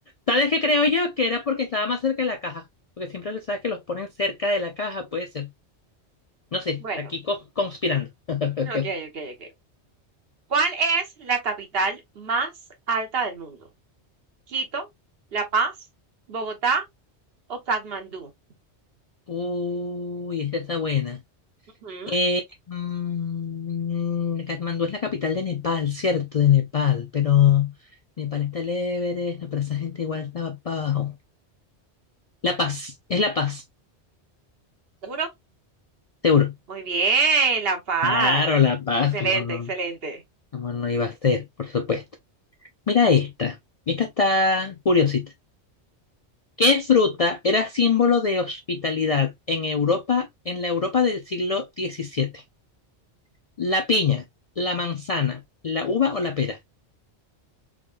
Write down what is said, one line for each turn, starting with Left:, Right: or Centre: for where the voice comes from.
Left: ¿Sabes qué creo yo? Que era porque estaba más cerca de la caja. Porque siempre le sabes que los ponen cerca de la caja, puede ser. No sé,
Right: bueno.
Left: aquí
Right: Bueno.
Left: co- conspirando. <laughs>
Right: Ok, ok, ok. ¿Cuál es la capital más alta del mundo? Quito, La Paz, Bogotá o Katmandú.
Left: Uy, esa está buena.
Right: Ujú,
Left: Eh, mm, Katmandú es la capital de Nepal, cierto, de Nepal, pero Nepal está el Everest, no, pero esa gente igual estaba para abajo. La Paz, es La Paz,
Right: ¿Seguro?
Left: seguro.
Right: Muy bien, La Paz.
Left: Claro, La Paz,
Right: Excelente,
Left: como no,
Right: excelente.
Left: cómo no iba a ser, por supuesto. Mira esta, esta está curiosita. ¿Qué fruta era símbolo de hospitalidad en Europa, en la Europa del siglo XVII? ¿La piña, la manzana, la uva o la pera?